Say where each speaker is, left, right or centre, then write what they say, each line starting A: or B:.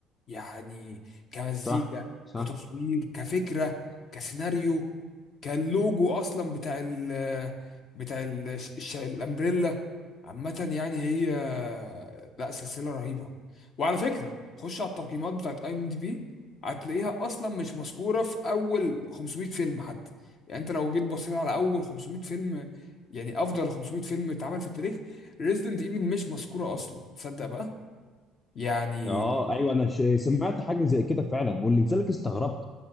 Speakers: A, on the left; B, on the left.
A: يعني كمزيكا
B: صح صح
A: كتصوير كفكره كسيناريو كاللوجو اصلا بتاع ال بتاع ال الش- الامبريلا عامه يعني هي لا سلسله رهيبه وعلى فكره خش على التقييمات بتاعت اي ام دي بي هتلاقيها اصلا مش مذكوره في اول 500 فيلم حتى يعني انت لو جيت بصيت على اول 500 فيلم يعني افضل 500 فيلم اتعمل في التاريخ ريزيدنت ايفل مش مذكوره اصلا تصدق بقى يعني
B: اه ايوه انا ش- سمعت حاجه زي كده فعلا ولذلك استغربت